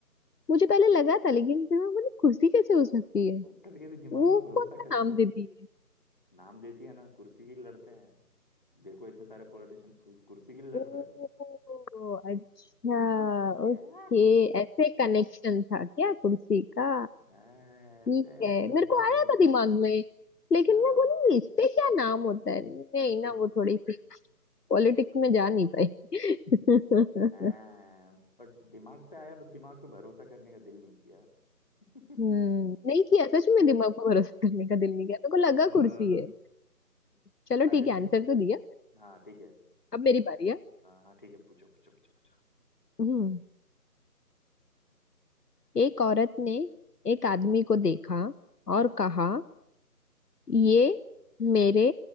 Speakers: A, on the left; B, on the left.
A: मुझे पहले लगा था लेकिन फिर मैं बोली कुर्सी कैसे हो सकती है
B: तो कभी कभी दिमाग
A: वो
B: पे भरोसा
A: कौन सा
B: करते
A: नाम
B: हैं
A: देती
B: नाम देती है ना कुर्सी के लिए लड़ते हैं देखो इतने सारे पॉलिटिशियन कुर्सी के लिए लड़
A: ओ
B: रहे हैं
A: अच्छा
B: Yeah!
A: ओके ऐसे कनेक्शन था क्या कुर्सी का
B: हाँ, ऐसे
A: ठीक
B: ऐसे
A: है
B: होता
A: मेरे को आया
B: है
A: था दिमाग में लेकिन
B: हाँ
A: मैं बोली इस पे क्या नाम होता है नहीं
B: बट
A: ना वो थोड़ी सी पॉलिटिक्स
B: बट
A: में जा नहीं पाई
B: हाँ
A: <laughs>
B: बट दिमाग पे आया बट दिमाग पे भरोसा करने का दिल नहीं किया <laughs>
A: हम्म नहीं किया सच में दिमाग पर भरोसा करने का दिल नहीं किया मेरे को लगा
B: अ,
A: कुर्सी है चलो
B: अच्छा
A: ठीक है
B: ठीक
A: आंसर
B: है
A: तो दिया
B: हाँ ठीक है अ,
A: अब मेरी बारी है
B: हाँ ठीक है पूछो पूछो पूछो पूछो
A: हम्म एक औरत ने एक
B: हम्म
A: आदमी को देखा
B: हाँ
A: और कहा ये मेरे